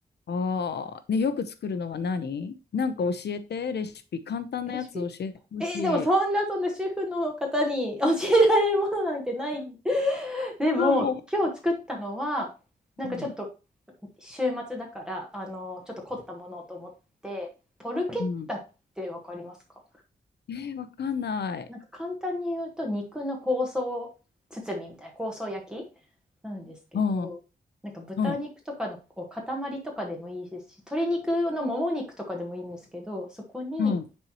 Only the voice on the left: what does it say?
ああ、ね、よく作るのは何なんか教えて、レシピ。簡単なやつ教えてほしい。
あ、もううん。
うんえー、わかんない。
うん、うん、うん、